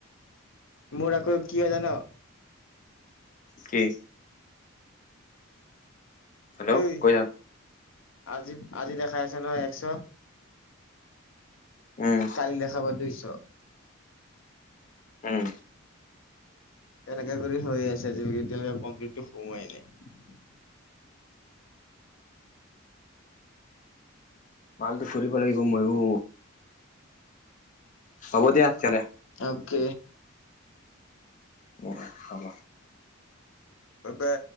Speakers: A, on the left; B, on the left.
A: মোৰ আকৌ কি হই জান
B: কি হেল্ল'
A: এই
B: কৈ য
A: আজি আজি দেখা আছে নহয় একশ
B: উম
A: কালি দেখাব দুইশ
B: উম
A: তেনেকা কৰি হৈ আছে এতিয়ালৈ এতিয়ালৈকে কমপ্লিটটো সোমোৱাই নাই
B: ভালটো কৰিব লাগিব ময়ো হ'ব দিয়া তেতিহলে
A: অকে
B: উম হব
A: এপ